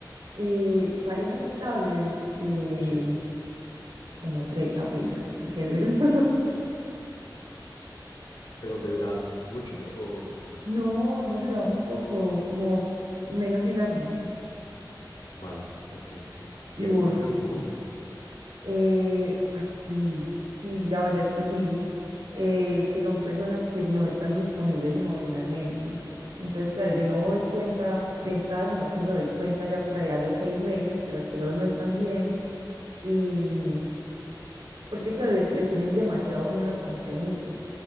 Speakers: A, on the right (about 80°); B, on the left (about 85°).
A: Eh, parejas estables, eh,
B: Sí,
A: como tres apenas, qué duro. <laughs>
B: pero de durar mucho o...
A: No, hemos durado muy poco, como menos de un año.
B: Vale, ok, ok.
A: ¿Y
B: ¿Y hay
A: vos?
B: un factor en común?
A: Eh, ay, sí, sí, la verdad es que sí, eh, que son personas que no están disponibles emocionalmente. Entonces, claro, yo no me doy cuenta de entrada, sino que me doy cuenta ya por allá a los seis meses que las cosas no están bien. Y, porque claro, le, le tienen demasiado miedo al compromiso.